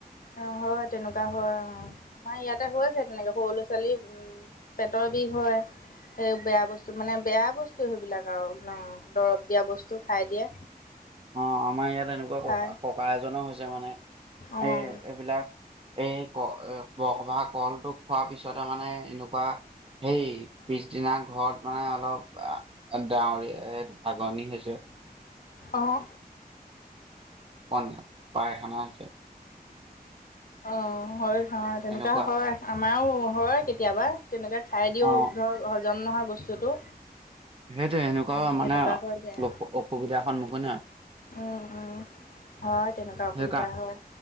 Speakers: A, on the left; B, on the right.
A: অ', হয় তেনেকুৱা হয়, আহ আমাৰ ইয়াতে হৈ আছে তেনেকে সৰু ল'ৰা ছোৱালী উম, পেটৰ বিষ হয়। সেই বেয়া বস্তু মানে বেয়া বস্তু সেইবিলাক আৰু ন' দৰৱ দিয়া বস্তু খাই দিয়ে।
B: অ', আমাৰ ইয়াত এনেকোৱা
A: খাই
B: ককা-ককা এজনৰ হৈছে মানে,
A: অ'
B: এ এইবিলাক। এই <unintelligible> খোৱাৰ পিছতে মানে এনেকোৱা সেই, পিছদিনা ঘৰত মানে অলপ <unintelligible> হাগনি হৈছে।
A: অঁ
B: <unintelligible> পাইখানা হৈছে।
A: অ', হয় ধৰা তেনেকোৱা
B: এনেকুৱা
A: হয় আমাৰো হয় কেতিয়াবা। তেনেকৈ খাই দিওঁ
B: অ
A: ধৰক হজম নহয় বস্তুটো।
B: সেইটোৱে সেনেকুৱাও
A: অ' তেনেকুৱা
B: মানে অ,
A: হৈ যায়
B: অসুবিধাৰ সন্মুখীন হয়।
A: উম উম হয় তেনেকুৱা অসুবিধা
B: সেইকাৰ,
A: হয়